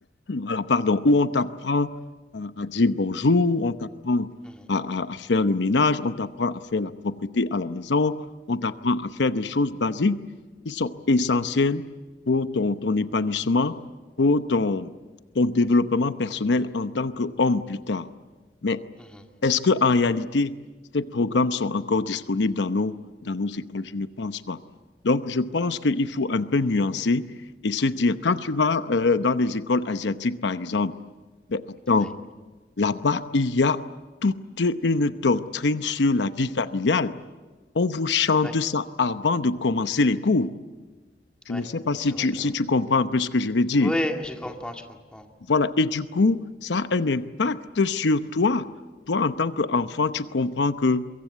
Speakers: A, on the left; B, in the centre.
A: alors pardon, où on t'apprend à, à dire bonjour, on t'apprend
B: Mhm.
A: à, à- à faire le ménage, on t'apprend à faire la propreté à la maison, on t'apprend à faire des choses basiques qui sont essentielles pour ton, ton épanouissement, pour ton, ton développement personnel en tant qu'homme plus tard. Mais
B: Mhm.
A: est-ce que en réalité, ces programmes sont encore disponibles dans nos, dans nos écoles? Je ne pense pas. Donc, je pense qu'il faut un peu nuancer et se dire, quand tu vas euh, dans les écoles asiatiques, par exemple, ben, attends,
B: Oui,
A: là-bas, il y a toute une doctrine sur la vie familiale. On vous chante
B: ouais,
A: ça avant de commencer les cours. Je
B: ouais,
A: ne sais pas
B: ça
A: si
B: c'est vrai
A: tu,
B: quand
A: si
B: même.
A: tu comprends un peu ce que je veux dire.
B: Oui, je comprends, je comprends.
A: Voilà. Et du coup, ça a un impact sur toi. Toi, en tant qu'enfant, tu comprends que,